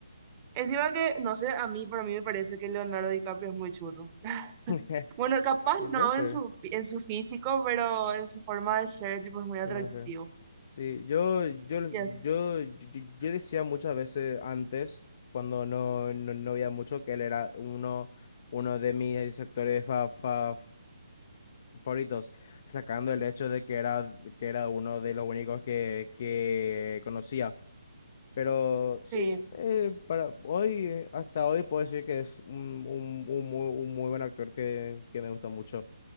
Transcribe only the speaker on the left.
<laughs>
Y
puede ser.
Puede ser. Sí, yo, yo, yo,
yo, yo- yo decía muchas veces antes, cuando no, no, no veía mucho, que él era uno, uno de mis sectores fa- fa- favoritos, sacando el hecho de que era, que era uno de los únicos que, que conocía. Pero
sí, eh, para hoy, eh, hasta hoy puedo decir que es un, un, un muy, un muy buen actor que, que me gusta mucho.